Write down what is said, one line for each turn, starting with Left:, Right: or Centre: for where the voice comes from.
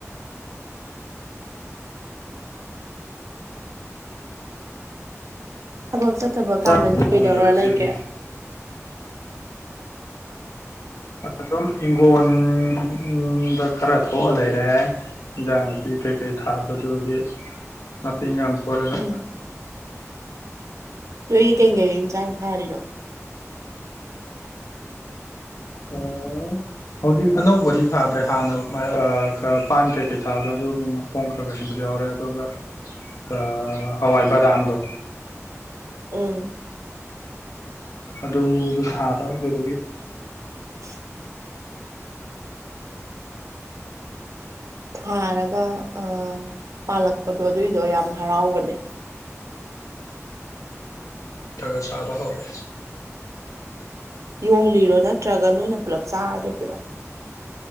Right: ꯊꯕꯛ ꯆꯠꯇꯕ
Left: ꯆꯥꯛ
Right: ꯀꯥꯟꯗꯗꯤ
Left: ꯊꯣꯡꯗ꯭ꯔꯤꯕ
Right: ꯀꯩꯗꯧꯔ
Left: ꯏꯆꯦꯗꯤ
Right: ꯂꯩꯒꯦ
Left: <unintelligible> <unintelligible> ꯈꯔ ꯊꯣꯛꯑ ꯂꯩꯔꯦ ꯏꯟꯖꯥꯡ ꯅꯥꯄꯤ ꯀꯩꯀꯩ ꯊꯥꯕꯗꯣ ꯑꯗꯨꯗꯨꯒꯤ ꯅꯥꯄꯤ ꯏꯉꯥꯡ ꯐꯣꯏꯔꯒ
Right: ꯎꯝ ꯅꯣꯏꯒꯤ ꯀꯩ ꯒꯦꯡ ꯏꯟꯖꯥꯡ ꯊꯥꯔꯤꯅꯣ <inaudible>
Left: ꯑꯥ ꯍꯧꯖꯤꯛ ꯑꯅꯧꯕꯗꯤ ꯊꯥꯗ꯭ꯔꯦ ꯍꯥꯟꯅ <unintelligible> ꯑꯥ ꯈꯔ ꯄꯥꯟ ꯀꯩ ꯀꯩ ꯊꯥꯕꯗꯣ ꯑꯗꯨꯒꯤ ꯄꯣꯡ ꯈꯔꯥꯒꯥꯁꯤꯕꯁꯨ ꯌꯥꯎꯔꯦ ꯑꯗꯨꯒ ꯑꯥ ꯍꯋꯥꯏ ꯕꯗꯥꯝꯗꯣ
Right: ꯎꯝ
Left: ꯑꯗꯨꯖꯨ ꯊꯥꯕ ꯑꯗꯨꯗꯨꯒꯤ
Right: <inaudible> ꯊꯥꯔꯒ ꯑꯥ ꯄꯥꯜꯂꯛꯄꯗꯣ ꯑꯗꯨꯏꯗꯣ ꯌꯥꯝ ꯍꯔꯥꯎꯕꯅꯦ
Left: ꯊꯥꯔꯒ <unintelligible> ꯁꯥꯕ ꯍꯧꯔꯦ
Right: ꯌꯣꯜꯂꯤꯔꯣ ꯅꯠꯇ꯭ꯔꯥꯒ ꯅꯣꯏꯅ ꯄꯨꯜꯂꯞ ꯆꯥꯔꯗꯣꯏꯔꯣ